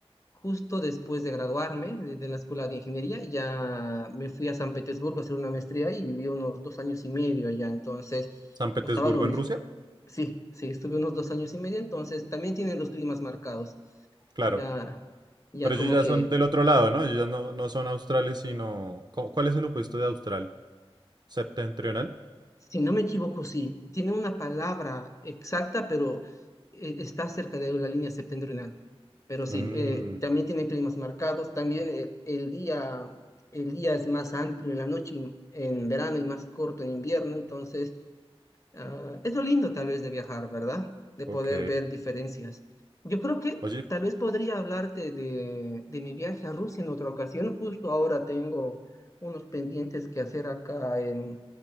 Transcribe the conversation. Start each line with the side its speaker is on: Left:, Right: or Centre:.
Left: Justo después de graduarme de, de la escuela de ingeniería, ya me fui a San Petersburgo a hacer una maestría y viví unos dos años y medio allá. Entonces,
Right: San Petersburgo
Left: pasaba lo mismo.
Right: en Rusia,
Left: Sí, sí, estuve unos dos años y medio, entonces también tienen los climas marcados.
Right: claro.
Left: Ya, ya
Right: Pero
Left: como
Right: ellos ya
Left: que,
Right: son del otro lado, ¿no? Ellos ya no, no son australes, sino... ¿cu- ¿Cuál es el opuesto de austral? ¿Septentrional?
Left: si no me equivoco, sí, tiene una palabra exacta, pero eh, está cerca de la línea septentrional. Pero sí,
Right: Mm,
Left: eh, también tienen climas marcados, también eh, el día, el día es más amplio en la noche y- en verano y más corto en invierno, entonces ah, es lo lindo tal vez de viajar, ¿verdad? De
Right: ok.
Left: poder ver diferencias. Yo creo que
Right: Oye,
Left: tal vez podría hablarte de, de mi viaje a Rusia en otra ocasión, justo ahora tengo unos pendientes que hacer acá en,